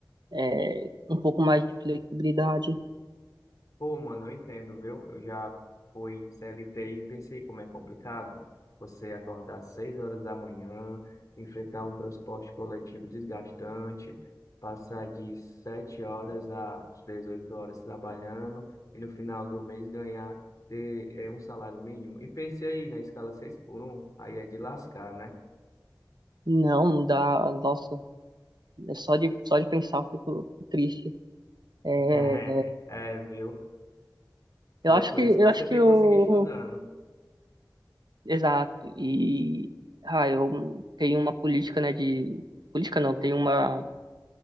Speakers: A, on the right; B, on the left.
A: é, um pouco mais de flexibilidade.
B: Pô, mano, eu entendo, viu? Eu já fui CLT e pensei como é complicado você acordar às 6 horas da manhã, enfrentar um transporte coletivo desgastante, passar de 7 horas às 18 horas trabalhando e no final do mês ganhar ter, é, um salário mínimo. E pensei aí na escala 6 por 1, aí é de lascar, né?
A: Não, dá, nossa, é só de só de pensar eu fico, fico triste. É,
B: <laughs> É, viu? Por,
A: eu acho
B: por
A: que
B: isso
A: eu
B: que você
A: acho
B: tem
A: que eu
B: que conseguir estudando.
A: exato e ah, eu tenho uma política, né, de política não, tenho uma